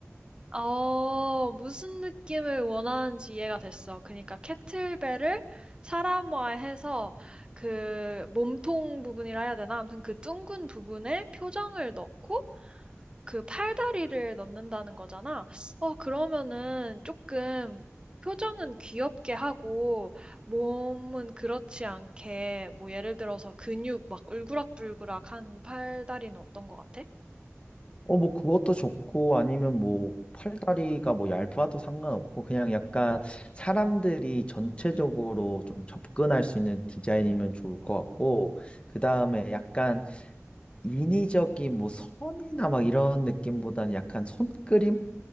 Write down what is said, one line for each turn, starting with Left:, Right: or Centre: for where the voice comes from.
Right: 어, 무슨 느낌을 원하는지 이해가 됐어. 그러니까 캐틀벨을 사람화해서 그 몸통 부분이라 해야 되나? 아무튼 그 둥근 부분에 표정을 넣고 그 팔다리를 넣는다는 거잖아. 어, 그러면은 조금 표정은 귀엽게 하고 몸은 그렇지 않게 뭐 예를 들어서 근육 막 울그락불그락한 팔다리는 어떤 것 같아?
Left: 어, 뭐, 그것도 좋고, 아니면 뭐, 팔다리가 뭐, 얇아도 상관없고, 그냥 약간 사람들이 전체적으로 좀 접근할 수 있는 디자인이면 좋을 것 같고, 그 다음에 약간 인위적인 뭐, 선이나 막 이런 느낌보다는 약간 손그림?